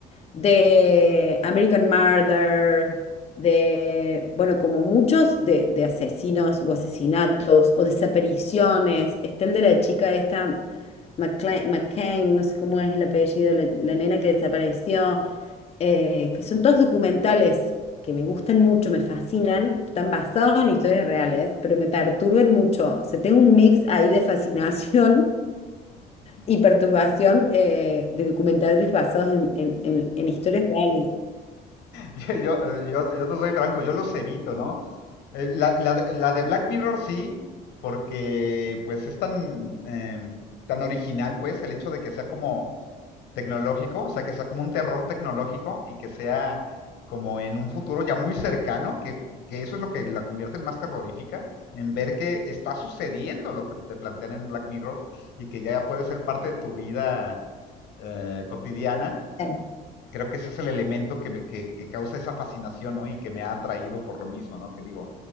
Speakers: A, on the left; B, on the left.
A: de American Murder, de, bueno, como muchos, de, de asesinos o asesinatos o desapariciones. Está el de la chica esta, McCla- McCain, no sé cómo es el apellido, la, la nena que desapareció, eh, que son todos documentales que me gustan mucho, me fascinan, están basados en historias reales, pero me perturban mucho. O sea, tengo un mix ahí de fascinación y perturbación eh, de documentales basados en, en- en- en historias reales.
B: Yo, yo, yo, yo te soy franco, yo los evito, ¿no? Eh, La, la de la de Black Mirror sí, porque pues es tan, eh, tan original, pues, el hecho de que sea como tecnológico, o sea, que sea como un terror tecnológico y que sea como en un futuro ya muy cercano, que, que eso es lo que la convierte en más terrorífica, en ver que está sucediendo lo que te plantean en Black Mirror y que ya puede ser parte de tu vida eh, cotidiana
A: Claro.
B: creo que ese es el elemento que, que- que causa esa fascinación, ¿no? Y que me ha atraído por lo mismo, ¿no? Que digo,